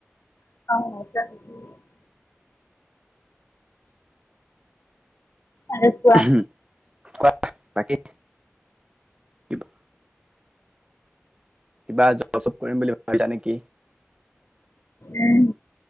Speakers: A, on the left (about 75°); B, on the right (about 20°).
A: অ', <unintelligible> আৰু কোৱা?
B: হম, কোৱা বাকী কিবা কিবা জব চপ কৰিম বুলি ভাবিছা নেকি?
A: উম,